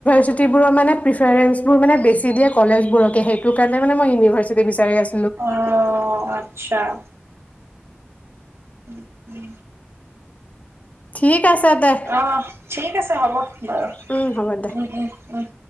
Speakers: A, on the left; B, on the right.
A: মানে প্ৰিফাৰেঞ্চ বোৰ মানে বেছিয়ে কলেজবোৰকে সেইটো কাৰণে মে মই ইউনিভাৰ্চিটি বিচাৰি আ
B: অঁ অঁ আচ্ছা উম উম
A: ঠিক আছে দে
B: অঁ ঠিক আছে হ'ব বাৰু
A: উম হ'ব দে
B: উম উম উম